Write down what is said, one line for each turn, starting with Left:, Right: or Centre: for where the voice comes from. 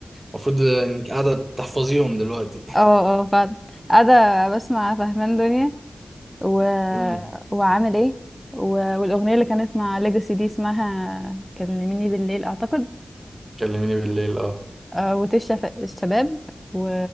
Right: المفروض انك قاعدة تحفظيهم دلوقتي
Centre: اه اه فعلا قاعده بسمع فهمان دنيا و...
Right: امم
Centre: وعامل ايه و... والاغنيه اللي كانت مع ليجاسي دي اسمها كلميني بالليل اعتقد
Right: كلميني بالليل اه
Centre: آه، وتش شف- الشباب و